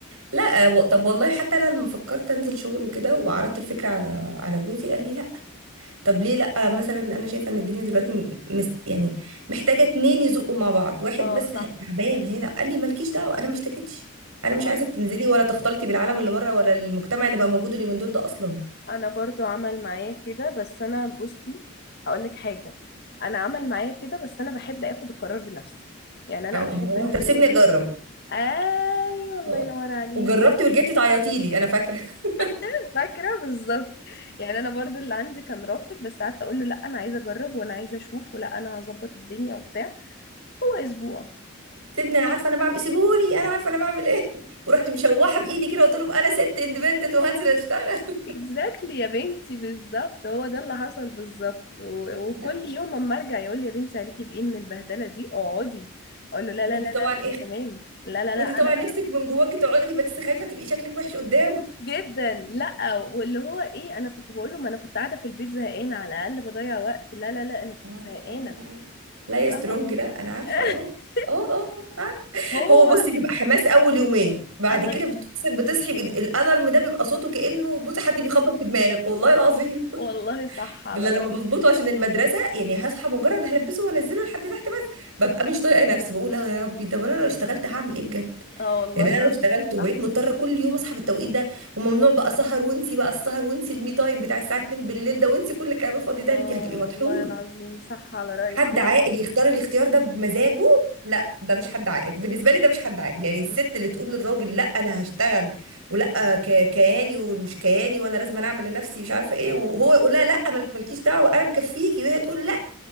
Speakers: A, on the right; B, on the left.
A: لا و- طب والله حتى أنا لما فكرت أنزل شغل وكده وعرضت الفكرة على على جوزي قال لي لا طب ليه لأ مثلا أنا شايفة إن الدنيا دلوقتي م- مست يعني محتاجة اتنين يزقوا مع بعض واحد
B: اه
A: بس
B: صح
A: ه- تعبان هي ده قال لي مالكيش دعوة أنا ما اشتكيتش أنا مش
B: صح
A: عايزك تنزلي ولا تختلطي بالعالم اللي بره ولا المجتمع اللي بقى موجود اليومين دول ده أصلا
B: انا برضو عمل معايا كده بس انا بصي هقولك حاجه انا عمل معايا كده بس انا بحب اخد القرار بنفسي يعني انا
A: اه
B: احب
A: اللي هو
B: ان
A: طب
B: اللي
A: سيبني
B: قدام
A: أجرب
B: ايوه الله
A: هو-
B: ينور عليكي
A: وجربتي ورجعتي تعيطي لي أنا فاكرة <laughs>
B: <laughs> فاكره بالظبط يعني انا برضو اللي عندي كان رافض بس قعدت اقول له لا انا عايزه اجرب وانا عايزه اشوف ولا انا هظبط الدنيا وبتاع هو اسبوع
A: سيبني أنا عارفة أنا بعمل سيبوني أنا عارفة أنا بعمل إيه <laughs> ورحت مشوحة بإيدي كده قلت لهم أنا ست اندبندنت وهنزل أشتغل
B: اكزاكتلي يا بنتي بالظبط هو ده اللي حصل بالظبط و...
A: <laughs>
B: وكل
A: لا بصي
B: يوم اما ارجع يقول لي يا بنتي عليكي بايه من البهدله دي اقعدي اقول له لا
A: وأنت
B: لا لا لا
A: طبعا إيه
B: انا تمام لا لا
A: وأنت
B: لا انا
A: طبعا نفسك من جواكي تقعدي بس خايفة تبقي شكلك وحش قدام
B: جدا لا واللي هو ايه انا كنت بقول له ما انا كنت قاعده في البيت زهقانه على الاقل بضيع وقت لا لا لا انا كنت
A: اه
B: زهقانه
A: اه لا لا لا يا
B: فاهمه
A: سترونج لا انا عارفه
B: <laughs>
A: اه اه اه آه، عارفة.
B: هو
A: هو بصي بيبقى حماس اول يومين بعد
B: الله
A: كده بتصحي بتصحي بإيد- الالارم ده بيبقى صوته كانه بصي حد بيخبط في دماغك والله العظيم
B: والله صح على
A: ده لما
B: رايك
A: بظبطه عشان المدرسه يعني هصحى مجرد هلبسه وانزله لحد تحت بس ببقى مش طايقه نفسي بقول اه يا ربي طب انا لو اشتغلت هعمل ايه بجد
B: اه والله
A: يعني
B: العظيم
A: انا لو اشتغلت وبقيت
B: صح
A: مضطره كل يوم اصحى في التوقيت ده وممنوع بقى سهر وانسي بقى السهر وانسي المي تايم بتاع الساعه 2 بالليل ده وانسي كل الكلام الفاضي ده
B: اه
A: انت هتبقي
B: والله
A: مطحونه
B: العظيم صح على رايك
A: حد
B: لا
A: عاقل يختار الاختيار ده بمزاجه لا ده مش حد عاقل بالنسبه لي ده مش حد عاقل يعني الست
B: ما
A: اللي تقول للراجل لا انا هشتغل ولا آه، ك- كياني ومش كياني وانا لازم أنا اعمل لنفسي مش عارفه ايه وهو يقول لها لا مالك مالكيش دعوه انا مكفيكي وهي تقول لا